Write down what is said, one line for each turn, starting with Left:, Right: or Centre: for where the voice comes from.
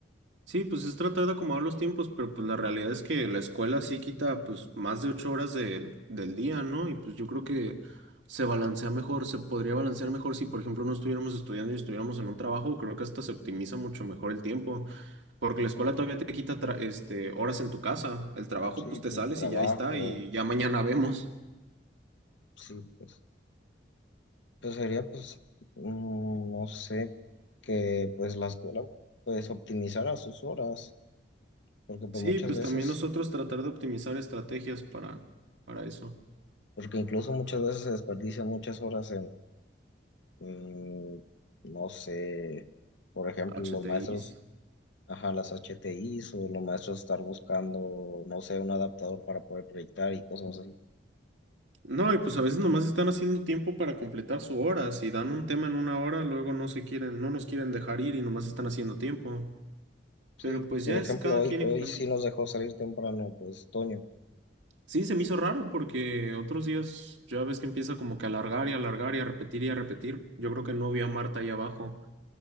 Right: Sí, pues es tratar de acomodar los tiempos, pero pues la realidad es que la escuela sí quita pues más de ocho horas de, del día, ¿no? Y pues yo creo que se balancea mejor, se podría balancear mejor si por ejemplo no estuviéramos estudiando y estuviéramos en un trabajo, creo que hasta se optimiza mucho mejor el tiempo, porque la escuela todavía te quita tra- este, horas en tu casa, el trabajo
Left: Sí,
Right: pues
Left: pues
Right: te sales
Left: trabajo,
Right: y ya está y ya mañana vemos.
Left: sí, pues, pues sería pues, mm, no sé, que pues la escuela pues optimizara sus horas, porque pues
Right: Sí,
Left: muchas
Right: pues
Left: veces,
Right: también nosotros tratar de optimizar estrategias para, para eso.
Left: porque incluso muchas veces se desperdician muchas horas en, mm, no sé, por ejemplo,
Right: HTIs.
Left: los maestros, ajá, las H T HTIs o los maestros estar buscando, no sé, un adaptador para poder proyectar y cosas así.
Right: No, y pues a veces nomás están haciendo tiempo para completar su hora. Si dan un tema en una hora, luego no se quieren, no nos quieren dejar ir y nomás están haciendo tiempo.
Left: Sí,
Right: Pero pues
Left: por
Right: ya
Left: ejemplo,
Right: es cada
Left: hoy,
Right: quien
Left: hoy
Right: implementa.
Left: sí nos dejó salir temprano, pues Toño.
Right: Sí, se me hizo raro porque otros días ya ves que empieza como que a alargar y alargar y a repetir y a repetir. Yo creo que no vi a Marta ahí abajo.